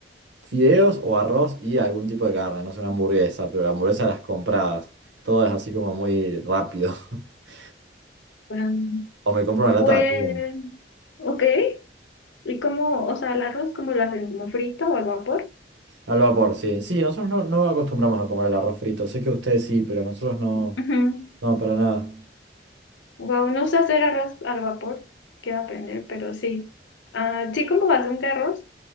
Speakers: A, on the right; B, on the left.
A: fideos o arroz y algún tipo de carne. No es una hamburguesa, pero la hamburguesa las compradas. Todo es así como muy rápido. <laughs>
B: Um,
A: O me compro una
B: Pues,
A: lata de atún.
B: ok. ¿Y cómo, o sea, el arroz, cómo lo hacen? ¿Como frito o al vapor?
A: Al vapor, sí. Sí, nosotros no, no acostumbramos a comer el arroz frito. Sé que ustedes sí, pero nosotros no.
B: Ujú.
A: No, para nada.
B: Wow, no sé hacer arroz al vapor, quiero aprender, pero sí. Ah, sí, como bastante arroz